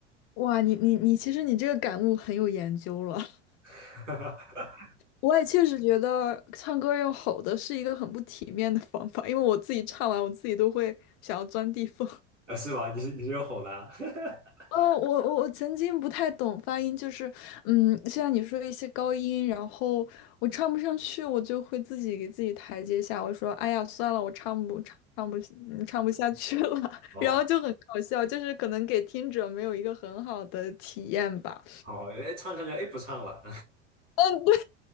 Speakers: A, on the left; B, on the right.
A: 我，哇，你你你，其实你这个感悟很有研究了。<laughs>
B: <laughs>
A: 我也确实觉得唱歌用吼的是一个很不体面的方法，因为我自己唱完，我自己都会想要钻地缝。
B: 啊是吗？你是你是用吼的啊？<laughs>
A: 哦，我我我曾经不太懂发音，就是，嗯，像你说的一些高音，然后我唱不上去，我就会自己给自己台阶下，我说，哎呀，算了，我唱不唱唱不嗯唱不下去了，<laughs>
B: 哦，
A: 然后就很搞笑，就是可能给听者没有一个很好的体验吧。
B: 好，哎，唱唱唱，哎，不唱了，
A: 嗯，对，